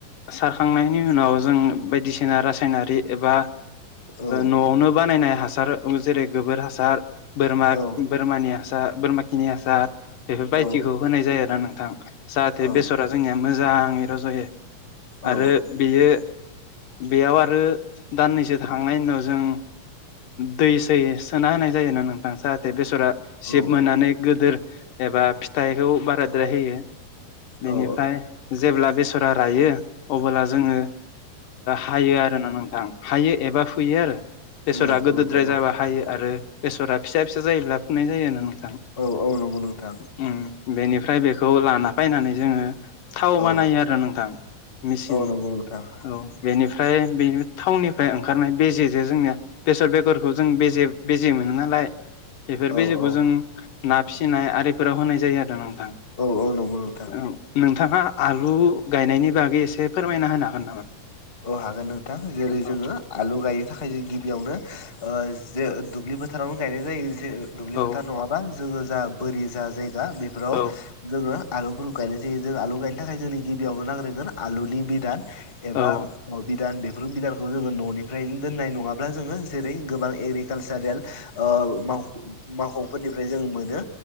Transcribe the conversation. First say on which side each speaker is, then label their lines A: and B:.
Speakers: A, on the left; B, on the left.
A: सारखांनायनि उनाव जों बायदिसिना रासायनारि एबा
B: औ
A: न'आवनो बानायनाय हासार। जेरै गोबोर हासार बोरमा
B: औ
A: बोरमानि हासार बोरम खिनि हासार बेफोरबायदिखौ
B: औ
A: होनाय जायो आरो ना नोंथां जाहाथे
B: औ
A: बेसरा जोंनिया मोजाङै रज'यो। आरो
B: औ
A: बेयो बेयाव आरो दान्नैसो थांनायनि उनाव जों दै सै सोना होनाय जायोना नोंथां जाहाथे बेसरा जिब
B: औ
A: मोननानै गोदोर एबा फिथाइखौ बाराद्राय होयो बेनिफ्राय
B: औ
A: जेब्ला बेसरा रायो अबोला जोङो हायो आरोना नोंथां हायो एबा फुयो आरो बेसरा
B: औ
A: गोदोद्राय
B: औ
A: जाबा हायो आरो बेसरा फिसा फिसा जायोब्ला फुनाय जायो आरोना नोंथां
B: औ औ नंगौ नोंथां
A: उम बेनिफ्राय बेखौ लाना फायनानै जोङो थाव
B: औ
A: बानायो आरो नोंथां मेसिन
B: औ नंगौ नोंथां
A: औ बेनिफ्राय बेनि थावननिफ्राय ओंखारनाय बेेजेजो जोंनिया बेसर बेगरखौ जों बेजे बेजे मोनो नालाय बेफोर
B: औ
A: बेजेखौ
B: औ
A: जों ना फिसिनाय आरिफोराव होनाय जायो आरो नोंथां
B: औ औ नंगौ नोंथां
A: औ नोंथाङा आलु गायनायनि बागै एसे फोरमायना होनो हागोन नामा
B: औ हागोन नोंथां जेरै
A: औ
B: जोङो आलु गायनो थाखाय जों गिबियावनो ओ जे दुब्लि बोथोरावनो गायनाय जायो जे ओ दुब्लि
A: औ
B: फोथार नङाबा जोङो जा बोरि जा जायगा बेफोराव
A: औ
B: जोङो आलुफोरखौ गायनाय जायो जों आलु गायनो थाखाय गिबियावनो नांग्रोगोन आलुनि बिदान एबा
A: औ
B: अ बिदान बेफोर बिदानखौ जोङो न'निफ्रायनो दोननाय नङाब्ला जोङो जेरै गोबां एग्रिकालसारेल ओ मावख' मावख'फोरनिफ्राय जों मोनो